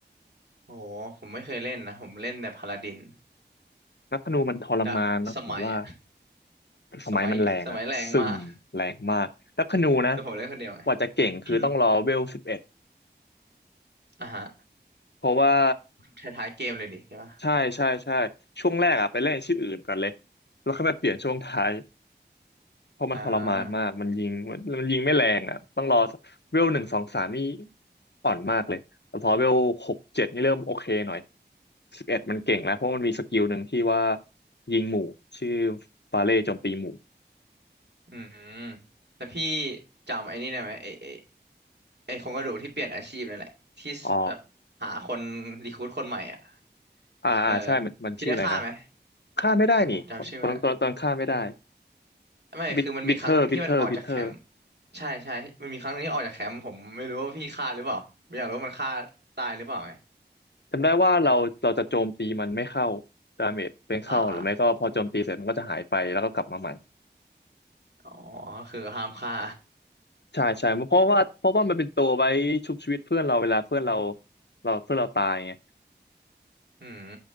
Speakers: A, on the right (about 70°); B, on the left (about 70°).
A: โอ้โหผมไม่เคยเล่นนะผมเล่นแต่พาลาดิน
B: นับธนูมันทรมานนะผมว่า
A: ดะสมัย <laughs> อะ
B: สมัยมันแรงอะซึมแรงมากนักธนูนะ
A: สมัยสมัยแรงมากแต่ผมเล่นคนเดียวไง
B: กว่าจะเก่งคือต้องรอเวลสิบเอ็ด
A: <coughs> อ่ะฮะ
B: เพราะว่า
A: ท้ายๆเกมเลยดิใช่ปะ
B: ใช่ใช่ใช่ช่วงแรกอะไปเล่นอาชีพอื่นก่อนเลยแล้วค่อยมาเปลี่ยนช่วงท้ายเพราะมันทรมานมากมันยิงมันมันยิงไม่แรงอะต้องรอ
A: อ่า
B: เวลหนึ่งสองสามนี่อ่อนมากเลยแต่พอเวลหกเจ็ดนี่เริ่มโอเคหน่อยสิบเอ็ดมันเก่งแล้วเพราะมันมีสกิลหนึ่งที่ว่ายิงหมู่ชื่อบาเล่โจมตีหมู่
A: อืมแต่พี่จำไอ้นี่ได้ไหมไอ้ไอ้ไอ้โครงกระดูกที่เปลี่ยนอาชีพนั่นแหละที่สแบบหาคนรีครูทคนใหม่อ่ะ
B: อ๋อ อ่าอ่าใช่มันมันชื่ออะไรนะ
A: เออพี่ได้ฆ่าไหม
B: ฆ่าไม่ได้นี่ตอนตอนตอนฆ่าไม่ได้
A: ผมจำชื่อไม่ได้ไม่คือมันมีครั้งหนึ่งที่มันออกจากแคมป์
B: บิทบิทเทอร์บิทเทอร์บิทเทอร์
A: ใช่ใช่มันมีครั้งหนึ่งที่ออกจากแคมป์ผมไม่รู้ว่าพี่ฆ่าหรือเปล่าไม่อยากรู้ว่ามันฆ่าตายหรือเปล่าไหม
B: จำได้ว่าเราเราจะโจมตีมันไม่เข้าดาเมจเป็นเข้าหรือไม่ก็พอโจมตีเสร็จมันก็จะหายไปแล้วก็กลับมาใหม่
A: อ่าอ๋อคือห้ามฆ่า
B: ใช่ใช่เพราะว่าเพราะว่ามันเป็นตัวไว้ชุบชีวิตเพื่อนเราเวลาเพื่อนเราเราเพื่อนเราตายไง
A: อืม